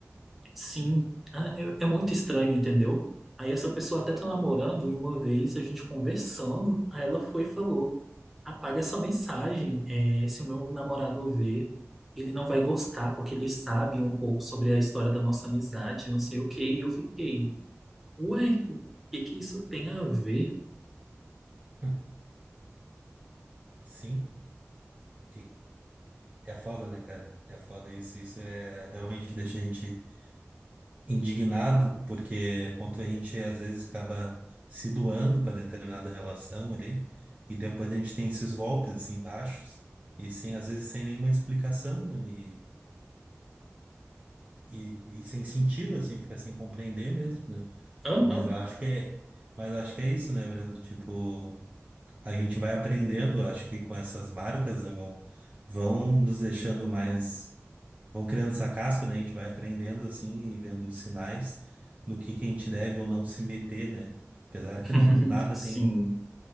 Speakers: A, in the centre; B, on the right.
A: Sim, Ah, é, é muito estranho, entendeu? Aí essa pessoa até tá namorando e uma vez a gente conversando, aí ela foi e falou: apaga essa mensagem, é, se o meu namorado ver, ele não vai gostar, porque ele sabe um pouco sobre a história da nossa amizade, não sei o quê. E eu fiquei: ué, o que que isso tem a ver?
B: Hum. Sim. Que- É foda, né, cara? É foda isso. Isso é realmente deixa a gente indignado, porque quanto a gente às vezes acaba se doando para determinada relação ali, e depois a gente tem esses golpes assim baixos, e sem, às vezes sem nenhuma explicação, né? E, e, e sem sentido, assim, fica sem compreender mesmo, né?
A: Aham,
B: Mas eu acho que é, mas eu acho que é isso, né, Brando? Tipo. a gente vai aprendendo, acho que com essas marcas, né, vão, vão nos deixando mais, vão criando essa casca, né, a gente vai aprendendo assim e vendo os sinais no que que a gente deve ou não se meter, né? Apesar
A: <laughs>
B: que não nada
A: Sim,
B: tem